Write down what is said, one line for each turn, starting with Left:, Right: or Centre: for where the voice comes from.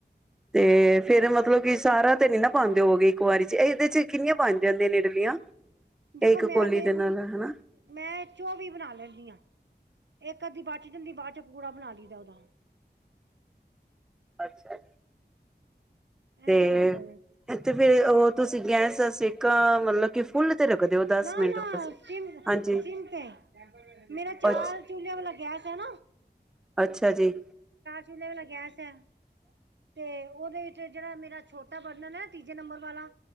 Centre: ਤੇ ਫੇਰ ਮਤਲਬ ਕਿ ਸਾਰਾ ਤੇ ਨੀ ਨਾ ਪਾਦੇ ਹੋਵੋਗੇ ਇੱਕ ਵਾਰੀ ਚ, ਇਹਦੇ ਚ ਕਿੰਨੀਆਂ ਬਣ ਜਾਂਦੀਆਂ ਨੇ ਇਡਲੀਆਂ?
Right: ਦੇਖੋ
Centre: ਇਹ ਇੱਕ ਕੋਲੀ
Right: ਮੈਂ ਤੇ,
Centre: ਦੇ ਨਾਲ ਹਨਾ
Right: ਮੈਂ ਚੋਵੀ ਬਣਾ ਲੈਂਦੀ ਆਂ ਇੱਕ ਕਦੀ ਬੱਚ ਜਾਂਦੀ, ਬਾਅਦ ਚ ਪੂੜਾ ਬਣਾ ਲਈਦਾ ਉਹਦਾ।
Centre: ਅੱਛਾ, ਤੇ
Right: ਐੰਜ ਈ ਭਰੀ ਦਾ
Centre: ਤੇ ਫੇਰ ਉਹ ਤੁਸੀਂ
Right: ਏ,
Centre: ਗੈਸ ਦਾ ਸੇਕਾ ਮਤਲਬ ਕਿ ਫੁੱਲ ਤੇ ਰੱਖਦੇ ਹੋ ਦਸ
Right: ਨਾ
Centre: ਮਿੰਟ
Right: ਨਾ
Centre: ਵਾਸਤੇ
Right: ਸਿਮ
Centre: ਹਾਂਜੀ
Right: ਸਿਮ ਤੇ ਮੇਰਾ ਚਾਰ
Centre: ਅੱਛ
Right: ਚੁਲੇ ਵਾਲਾ ਗੈਸ ਤੇਨਾ
Centre: ਅੱਛਾ ਜੀ।
Right: ਚੂਲੇ ਵਾਲਾ ਗੈਸ ਹੈ। ਤੇ ਔਦੇ ਵਿੱਚ ਜੇੜਾ ਮੇਰਾ ਛੋਟਾ ਬਰਨਣ ਹੈ ਤੀਜੇ ਨੰਬਰ ਵਾਲਾ।